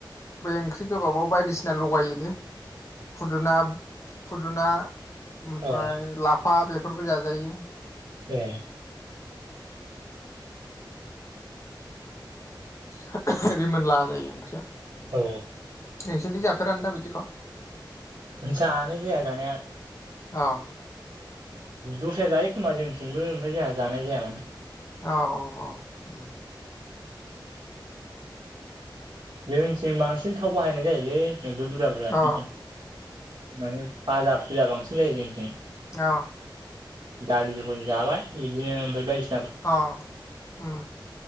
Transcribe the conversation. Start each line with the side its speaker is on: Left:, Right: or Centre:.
Left: बै ओंख्रि गोबाबाव बायदिसिना लगायोलै। फुुदुना फुदुना ओमफ्राय
Right: औ
Left: लाफा बेफ फोरबो जाजायो।
Right: ए।
Left: <unintelligible> रिमोनला जायो ओंख्रिया।
Right: औ।
Left: नोंसोरनथि जाफेरान दा बिदिख'?
Right: जानाय जाया जानाया।
Left: अ।
Right: दस्राया जायो खोमा जोंनिथिंमबो ओमफ्राय जोंहा जानाय जायाना।
Left: औ औ औ।
Right: जोंनिथिं बांसिन थाव बाहायनाय जायोलै। नोगोर बुरजा बुरजा
Left: औ
Right: <unintelligible> माने फाजा खोलिया बांसिन जायो जोंनिथिं।
Left: औ।
Right: दालि जहल जाबाय बिदिनो ओमफाय बायदिसि
Left: अ उम